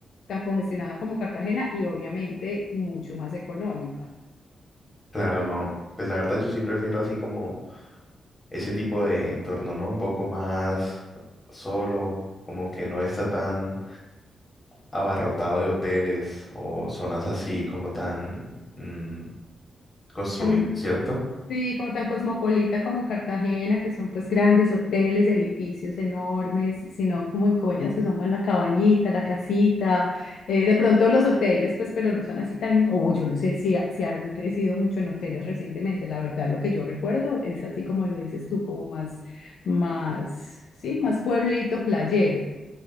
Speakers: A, on the left; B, on the left.
A: tan congestionada como Cartagena y obviamente mucho más económica.
B: Claro, no, pues la verdad yo sí prefiero así como ese tipo de entorno, ¿no? Un poco más solo, como que no está tan abarrotado de hoteles o zonas así como tan mm, construidas,
A: Tan-
B: ¿cierto?
A: sí, como tan cosmopolita como Cartagena, que son pues grandes hoteles, edificios enormes, sino como en Coveñas que somos la cabañita, la casita, eh, de pronto los hoteles, pues pero no son así tan, o yo no sé si, ha- si han crecido mucho en hoteles recientemente, la verdad lo que yo recuerdo es así como lo dices tú, como más, más, sí, más pueblito, playero.